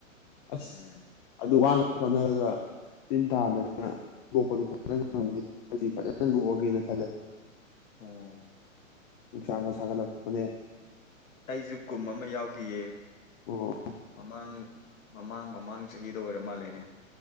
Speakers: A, on the left; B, on the left.
A: ꯑꯁ
B: ꯎꯝ
A: ꯑꯗꯨ ꯋꯥꯅꯕ ꯍꯣꯠꯅꯔꯒ ꯇꯤꯟ ꯇꯥꯗꯅ ꯇꯣꯛꯄꯁꯨ ꯐ <unintelligible> ꯅꯪ
B: ꯎꯝ
A: ꯂꯨꯍꫭꯡꯒꯦꯅ ꯈꯜꯂꯦ
B: ꯎꯝ
A: ꯅꯨꯡꯁꯥꯡꯒ ꯁꯥꯥꯡꯒꯠꯂꯛꯂꯄꯅꯦ
B: ꯑꯩꯁꯨ ꯀꯨꯝ ꯑꯃ ꯌꯥꯎꯈꯤꯌꯦ
A: ꯑꯣ
B: ꯃꯃꯥꯡ ꯃꯃꯥꯡ ꯃꯃꯥꯡ ꯆꯍꯤꯗ ꯑꯣꯏꯔ ꯃꯥꯜꯜꯂꯤꯦꯅꯦ